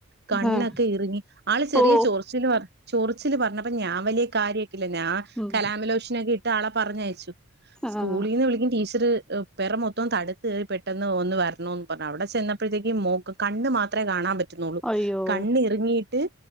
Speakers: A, on the right; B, in the centre.
A: കണ്ണൊക്കെ
B: ആഹ്
A: ഇറ്ങ്ങി ആള് ചെറിയ
B: ഓ
A: ചൊറ്ച്ചില് പ ചൊറിച്ചില് പറഞ്ഞപ്പം ഞാൻ വലിയ കാര്യക്കില്ല ഞാ
B: ഉം
A: കലാമിലോഷനൊക്കെ ഇട്ട് ആളെ പറഞ്ഞയച്ചു സ്കൂളിന്ന്
B: ആഹ്
A: വിളിക്കും ടീച്ചറ് പെറം മൊത്തോം തട്ത്ത് പെട്ടെന്ന് ഒന്ന് വരണാേന്നും പർഞ്ഞ് അവിടെ ചെന്നപ്പെഴ്ത്തേക്ക് മോക് കണ്ണ് മാത്രെ കാണാം പ റ്റുന്നൊള്ളു
B: അയ്യോ
A: കണ്ണിർങ്ങിയിട്ട്